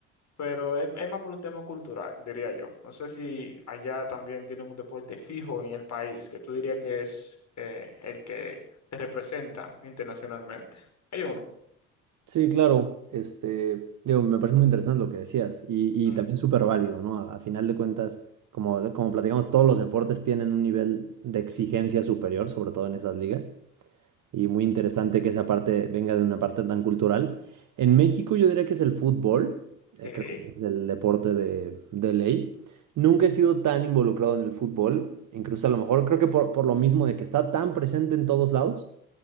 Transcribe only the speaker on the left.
pero es, es más por un tema cultural, diría yo. No sé si allá también tienen un deporte fijo en el país, que tú dirías que es eh, el que te representa internacionalmente. Hay uno.
Mm,
Sí,